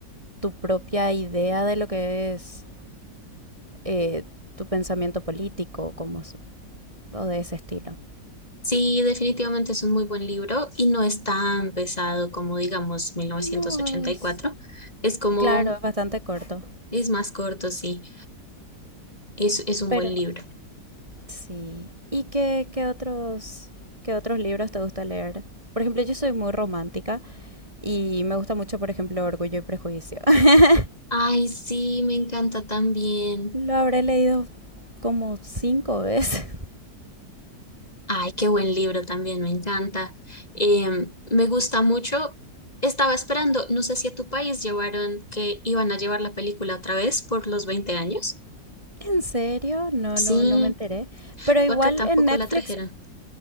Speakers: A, on the right; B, on the left.
A: tu propia idea de lo que es eh, tu pensamiento político como, o de ese estilo.
B: Sí, definitivamente es un muy buen libro y no es tan pesado como, digamos, mil novecientos
A: No,
B: ochenta
A: es
B: y cuatro Es como,
A: claro, es bastante corto,
B: es más corto, sí. Es, es un
A: pero
B: buen libro.
A: sí. ¿Y qué, qué, otros, qué otros libros te gusta leer? Por ejemplo, yo soy muy romántica Y me gusta mucho, por ejemplo, Orgullo y Prejuicio. <laughs>
B: Ay, sí, me encanta también.
A: Lo habré leído como cinco veces.
B: Ay, qué buen libro también, me encanta. Em, me gusta mucho. Estaba esperando, no sé si a tu país llevaron que iban a llevar la película otra vez por los 20 años.
A: <laughs> ¿En serio? No,
B: Sí,
A: no, no me enteré. Pero igual
B: fue acá tampoco
A: en Netflix,
B: la trajeron.